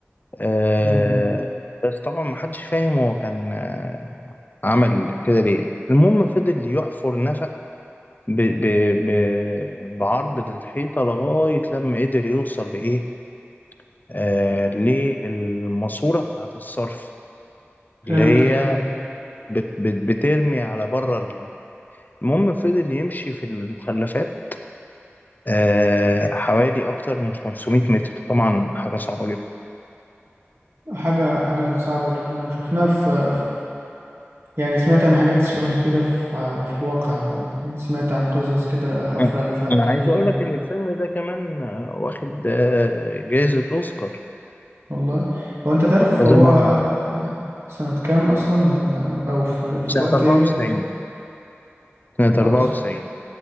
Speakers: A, on the left; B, on the right.
A: آه
B: مم.
A: بس طبعا ما حدش فاهم هو كان آه، عمل كده ليه يعني. المهم فضل يحفر نفق ب ب ب بعرض الحيطة لغاية لما قدر يوصل لإيه آه للماسورة بتاعة الصرف
B: فهمتك
A: اللي هي
B: ايوه
A: بت بت بترمي على بره ال- المهم فضل يمشي في المخلفات آه، حوالي أكتر من 500 متر طبعا حاجة صعبة جدا
B: حاجه حاجه صعبه جدا وشفناها في يعني سمعت عن حاجات شبه كده في ع- في الواقع يعني سمعت عن قصص كده حفر
A: أنا
B: أنفاق
A: أنا
B: كتير
A: عايز أقول
B: يعني
A: لك إن الفيلم ده كمان آه، واخد آه، جايزة أوسكار
B: والله هو أنت تعرف
A: هذا
B: هو
A: مرة
B: سنة كام أصلا ولا أو في, في
A: سنة
B: وقت
A: 94
B: إيه ولا
A: سنة
B: بعد
A: 94
B: سنة